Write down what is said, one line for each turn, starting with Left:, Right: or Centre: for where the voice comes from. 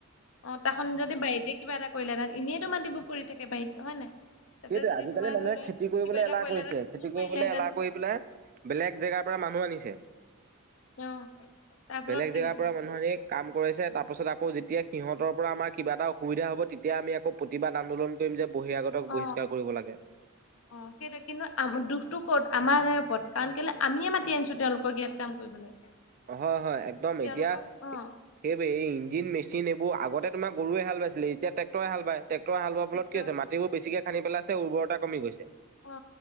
Left: অ তখন যদি বাৰীতে কিবা এটা কৰিলে, এনেইতো মাতিবোৰ পৰি থাকে বাৰিতে, হয় নাই? তাতে
Right: সেইটে
Left: যদি
Right: আজিকালি
Left: তোমাৰ
Right: মানুহে
Left: ধৰি লোৱা
Right: খেতি কৰিবলৈ
Left: কিবা এটা
Right: এলাহ
Left: কৰিলেহেঁতেন
Right: কৰিছে। খেতি
Left: কোৰ
Right: কৰিবলৈ
Left: মাৰিলেহেঁতেন
Right: এলাহ কৰি পেলাই বেলেগ ঠাইৰ পৰা মানুহ আনিছে।
Left: অ তাৰ ফলত
Right: বেলেগ
Left: কি
Right: ঠাইৰ
Left: হৈছে
Right: পৰা মানুহখিনি কাম কৰিছে, তাৰ পিছত আকৌ যেতিয়া সিহঁতৰ পৰা আমৰ কিবা এটা অসুবিধা হব, তেতিয়া আমি আকৌ প্ৰতিবাদ আন্দোলন কৰিম যে বহিৰাগত
Left: অ
Right: বহি লাগে।
Left: অ সেইটোৱে কিন্তু আম দুখতটো ক'ত আমাৰ গৰ ওপৰত কাৰণ কেলে আমিয়ে মাতি আনিছো, তেওঁলোকক ইয়াত কাম কৰিবলৈ।
Right: হয় হয়, একদম
Left: তেওঁলোকক
Right: এতিয়া
Left: অ
Right: সেইবোৰ ইঞ্জিন মেচ চিন এইবোৰ আগতে আমাৰ গৰুৱে হাল বাইছিলে এতিয়া ট্ৰেক্টৰ হাল বাইছে। ট্ৰেক্টৰে হাল বোৱাৰ হ
Left: টেক্টৰ
Right: ফলত কি হৈছে? মাটি বোৰ বেছিকে খানি পেলাইছে, উৰ্বৰতা কমি গৈছে।
Left: অ